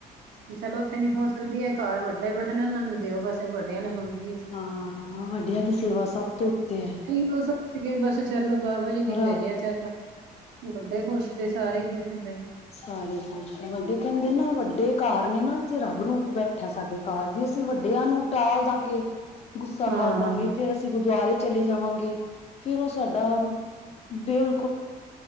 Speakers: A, on the right; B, on the left.
A: ਚਲੋ ਉੱਥੇ ਨੀ ਹੋ ਸਕਦੀ ਐ, ਘਰ ਵੱਡੇ ਬੈਠੇ ਨੇ, ਇਹਨਾਂ ਨੂੰ ਦਿਓ ਬਸ ਵੱਡਿਆਂ ਨੇ ਮੰਗੀ ਏ।
B: ਹਾਂ, ਵੱਡਿਆਂ ਦੀ ਸੇਵਾ ਸਭ ਤੋਂ ਉੱਤੇ ਐ।
A: ਨਹੀਂ, ਉਹ ਸੋਚਕੇ ਬਸ ਚੱਲ ਬਾਬਾ ਜੀ ਨੀ ਭੇਜਿਆ
B: ਰੱਬ
A: ਚੱਲ। ਵੱਡੇ ਖੁਸ਼ ਤੇ ਸਾਰੇ ਹੀ ਖੁਸ਼ ਭਈ।
B: ਸਾਰੇ ਖੁਸ਼, ਵੱਡੇ ਕਹਿੰਦੇ ਨਾ ਵੱਡੇ ਘਰ ਨੇ ਨਾ ਰਬ ਰੂਪ ਬੈਠਾ ਸਾਡੇ ਘਰ ਜੇ ਅਸੀਂ ਵੱਡਿਆਂ ਨੂੰ ਟਾਲ ਦਾਂਗੇ, ਗੁੱਸਾ
A: ਹਾਂ
B: ਕਰ ਦਾਂਗੇ। ਫੇਰ ਅਸੀ ਜੇ ਗੁਰਦੁਆਰੇ ਚਲੇ ਜਾਵਾਂਗੇ। ਫਿਰ ਉਹ ਸਾਡਾ ਦਿਲ